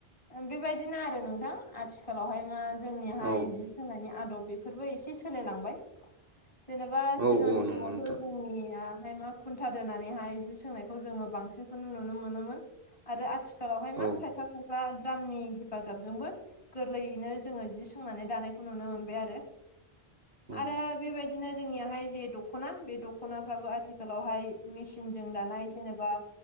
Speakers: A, on the left; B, on the right.
A: ओं बेबायदिनो आरो नोंथां आथिखालावहाय मा जोंनिहाय
B: औ
A: जि सोंनायनि आदब बे फोरबो एसे सोलायलांबाय जेनेबा
B: औ
A: सिगांनि
B: औ नंगौ
A: समावथ'
B: नोंथां
A: जोंनिया आमफाय मा खुन्था दोनानैहाय जि सोंनायखौ जोङो बांसिनखौनो नुनो मोनोमोन आरो आथिखालावहाय मा
B: औ
A: खायफा फ्रा द्रामनि हेफाजाबजोंबो गोरलैयैनो जोङो जि सोंनानै दानायखौ नुनो मोनबाय आरो
B: औ
A: आरो बेबायदिनो जोंनियाहाय जे दख'ना बे दख'नाफ्राबो आथिखालावहाय मेसिनजों दानाय जेनेबा